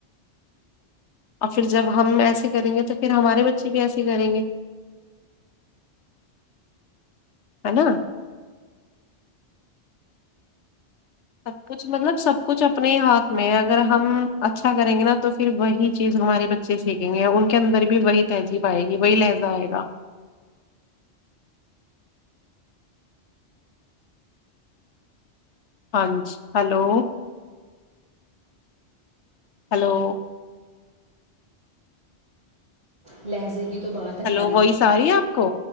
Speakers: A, on the left; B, on the right.
A: اور پھر جب ہم ایسے کریں گے تو پھر ہمارے بچے بھی ایسے کریں گے ہے نا سب کچھ مطلب سب کچھ اپنے ہی ہاتھ میں اگر ہم اچھا کریں گے نا تو پھر وہی چیز ہمارے بچے سیکھیں گے ان کے اندر بھی وہی تہذیب آئے گی وہی لہجہ آئے گا ہاں ج ہلو ہلو
B: لہذے کی تو بات ہے
A: ہلو
B: ساری
A: وہی س رہی ہے آپ کو